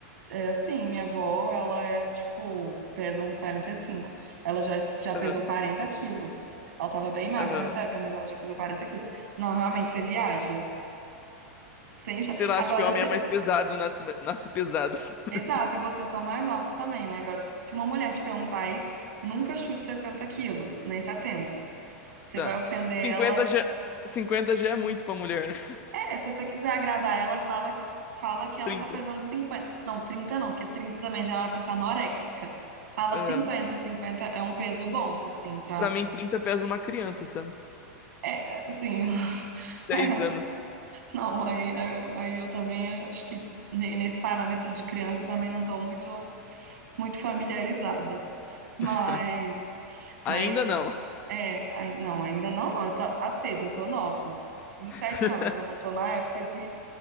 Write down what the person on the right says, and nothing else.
é assim, minha avó, ela é tipo, pesa uns quarenta e cinco, Ela já, já pesou
40 quilos. Ela tava bem magra
nessa época, mas ela já pesou 40 quilos. Não, realmente, você viaja. Você enche...
Agora,
você-
exato, e vocês são mais altos também, né? Agora, se, se uma mulher te perguntar isso, nunca chute 60 quilos, nem setenta, Você
vai ofender ela
É, se você quiser agradar ela, fala, fala que ela
tá pesando cinquenta Não, 30 não, porque 30 também já é uma pessoa anoréxica. Fala
cinquenta cinquenta é um peso bom, assim, pra.
É, assim. <laughs>
é,
Não, aí, aí, eu aí eu também acho que ne- nesse parâmetro de criança eu também não tô muito, muito familiarizada. Mas,
mas,
é, ai- não, ainda não, não, tá, tá cedo, eu tô nova. vinte
e sete anos, eu não tô na época de,